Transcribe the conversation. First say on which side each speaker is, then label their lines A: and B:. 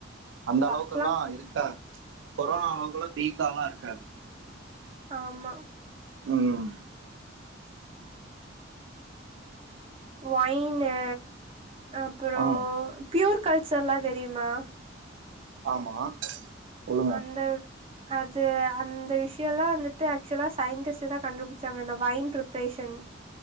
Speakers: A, on the right; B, on the right.
A: அந்த அளவுக்கல்லா
B: பாக்கலாம்
A: இருக்க கொரோனாவாலவு கூட வீக்காலா இருக்காது
B: ஆமா
A: ம்
B: ஒயின்னு அப்புற
A: ஆ
B: பியூர் களிச்சர்ல்லா தெரியுமா
A: ஆமா சொல்லுங்க
B: அந்த அது அந்த விஷயம் எல்லா வந்துட்டு ஆக்சுவலா சயின்டிஸ்ட் தான் கண்டுபிடிச்சாங்க இந்த வைன் ஃப்ரேஷன்